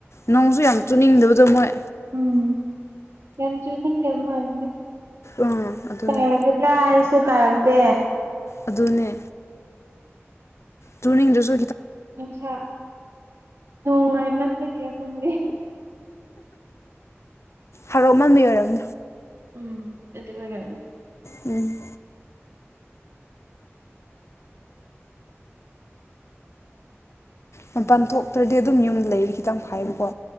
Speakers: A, on the left (about 70°); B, on the right (about 70°).
A: ꯅꯣꯡꯁꯨ ꯌꯥꯝ ꯆꯨꯅꯤꯡꯗꯕꯗꯣ ꯃꯣꯏ
B: ꯎꯝ ꯌꯥꯝ ꯆꯨꯅꯤꯡꯗꯕ ꯃꯥꯜꯂꯤꯗ
A: ꯑꯥ ꯑꯗꯨꯅꯦ
B: ꯇꯥꯔꯒꯗ꯭ꯔꯥ ꯍꯥꯏꯔꯁꯨ ꯇꯥꯔꯛꯇꯦ
A: ꯑꯗꯨꯅꯦ ꯇꯨꯅꯤꯡꯗꯁꯨ
B: ꯅꯨꯡꯁꯥ ꯅꯣꯡꯉꯥꯏꯃꯟꯄꯒꯤꯔ ꯈꯪꯗꯦ
A: ꯍꯧꯔꯥꯎꯃꯟꯕꯤ ꯑꯣꯏꯔꯕꯝ
B: ꯎꯝ ꯑꯗꯨ ꯑꯣꯏꯔꯝꯅꯤ
A: ꯎꯝ <unintelligible> ꯃꯄꯥꯟ ꯊꯣꯛꯇ꯭ꯔꯗꯤ ꯑꯗꯨꯝ ꯌꯨꯝꯗ ꯂꯩꯔꯤ ꯈꯤꯇꯪ ꯐꯥꯏꯕꯀꯣ